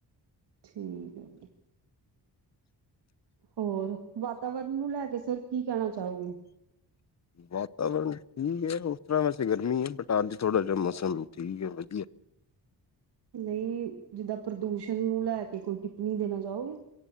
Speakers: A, on the right (about 70°); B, on the left (about 40°).
A: ਠੀਕ ਐ ਜੀ। ਹੋਰ, ਵਾਤਾਵਰਨ ਨੂੰ ਲੈ ਕੇ ਸਰ ਕੀ ਕੈਣਾ ਚਾਓਗੇ।
B: ਵਾਤਾਵਰਨ ਠੀਕ ਏ, ਓਸ ਤਰਾ ਵੈਸੇ ਗਰਮੀ ਏ ਬਟ ਅੱਜ ਥੋੜਾ ਜਿਆ ਮੌਸਮ ਠੀਕ ਐ ਵਦੀਆ।
A: ਨਈ ਜਿੱਦਾਂ ਪ੍ਰਦੂਸ਼ਣ ਨੂੰ ਲੈ ਕੇ ਕੋਈ ਟਿੱਪਣੀ ਦੇਣਾ ਚਾਓਗੇ।